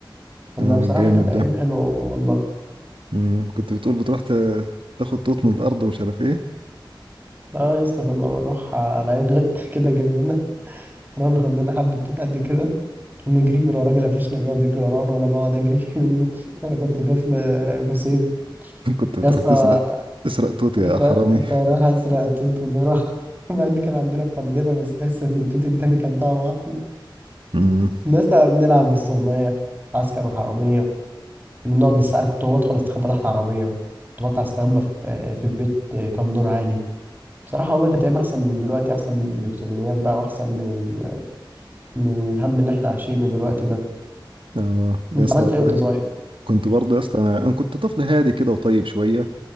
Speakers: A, on the right; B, on the right.
A: كنا
B: اه
A: بصراحة
B: الجامد
A: كانت أيام
B: ده
A: حلوة والله
B: مم. كنت بتقول بتروح ت- تاخد توت من الارض ومش عارف ايه
A: اه يا اسطى كنا بنروح على أي غط <laughs> كده جنبنا نروح ناخد لنا حبة توت قد كده ونجري ولو راجل قفشنا بيقعد يجري ورانا وأنا بقعد أجري <laughs> منه أنا كنت طفل مصيب
B: <laughs> كنت بتروح
A: يا اسطى
B: تسرق تسرق توت
A: كنت
B: يا حرامي
A: كنت هروح أسرق التوت ودورة <laughs> مع إن كان عندنا فردنا بس تحس إن التوت التاني كان طعمه أحلى
B: مم.
A: الناس بنلعب بالسومية عسكر وحرامية نقعد نستخبى كنت بدخل استخبى تحت عربية كنت بطلع استخبى في في بيت كام دور عالي بصراحة والله كانت أيام أحسن من دلوقتي أحسن من الإلكترونيات بقى وأحسن من ال... من الهم اللي إحنا عايشينه دلوقتي ده
B: اه يا
A: أنت
B: اسطى
A: عملت
B: والله
A: إيه وأنت صغير؟
B: كنت برضه يا اسطى انا انا كنت طفل هادي كده وطيب شويه